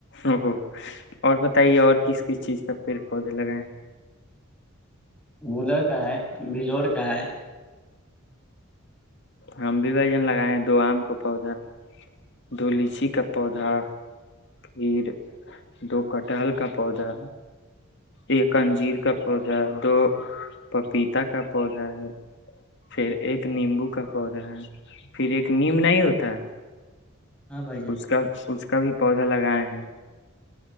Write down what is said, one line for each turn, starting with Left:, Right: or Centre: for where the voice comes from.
Left: ا اور بتائیے اور کس کس چیز کا پیڑ پودے لگائے
Centre: گلر کا ہے بلور کا ہے
Left: ہم بھی بجن لگائے ہیں دو آم کا پودا دو لیچی کا پودا پھر دو کٹحل کا پودا ایک انجیر کا پودا دو پپیتا کا پودا ہے پھر ایک نیمبو کا پودا پھر ایک نیم نہیں ہوتا
Centre: ہاں بھائی جان
Left: اس کا اس کا پودا لگائے ہیں